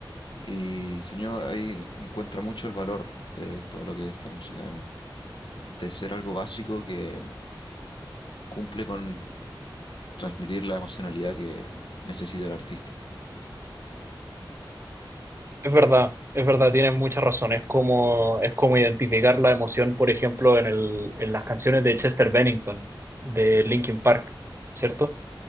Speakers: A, on the left; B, on the right.
A: Y Sueño ahí encuentra mucho el valor de todo lo que es esta música emo, de ser algo básico que cumple con transmitir la emocionalidad que necesita el artista.
B: Es verdad, es verdad, tienes mucha razón, es como, es como identificar la emoción, por ejemplo, en el, en las canciones de Chester Bennington, de Linkin Park, ¿cierto?